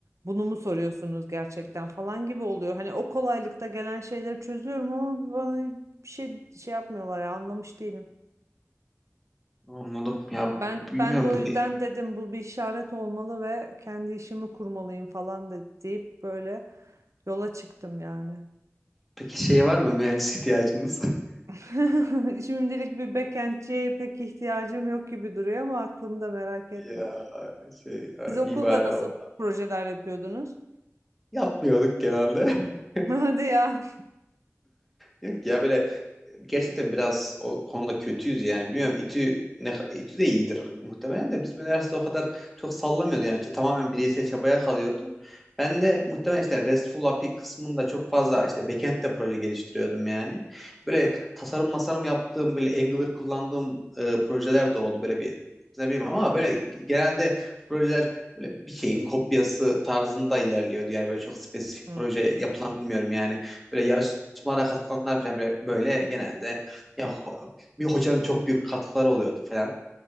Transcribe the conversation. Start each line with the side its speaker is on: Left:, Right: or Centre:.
Right: bunu mu soruyorsunuz gerçekten falan gibi oluyor. Hani o kolaylıkta gelen şeyleri çözüyorum ama bana bir şey şey yapmıyorlar ya anlamış değilim.
Centre: Anladım. Ya
Right: Ben
Centre: bilmiyorum
Right: ben de o
Centre: dedi.
Right: yüzden dedim bu bir işaret olmalı ve kendi işimi kurmalıyım falan de, deyip böyle yola çıktım yani.
Centre: Peki şey var mı mühendis ihtiyacınız? <laughs>
Right: <laughs> Şimdilik bir backendçiye pek ihtiyacım yok gibi duruyor ama aklımda merak etme.
Centre: Ya şey ya,
Right: Siz okulda
Centre: iyi bari
Right: nasıl
Centre: o.
Right: projeler yapıyordunuz?
Centre: Yapmıyorduk genelde. <laughs>
Right: <laughs> Hadi ya.
Centre: Yok ya böyle gerçekten biraz o konuda kötüyüz yani. Biliyorum İTÜ ne, İTÜ de iyidir muhtemelen de bizim üniversite o kadar çok sallamıyordu. Yani işte tamamen bireysel çabaya kalıyordu. Ben de muhtemelen işte RESTful API kısmında çok fazla işte backend'de proje geliştiriyordum yani. Böyle tasarım masarım yaptığım böyle Angular kullandığım e, projeler de oldu böyle bir ne bileyim ama böyle genelde projeler böyle bir şeyin kopyası tarzında ilerliyordu. Yani böyle çok spesifik
Right: Hmm,
Centre: proje yapılan bilmiyorum yani böyle yarışmalara katılanlar falan böyle, böyle genelde ya ho- bir hocanın çok büyük katkıları oluyordu falan.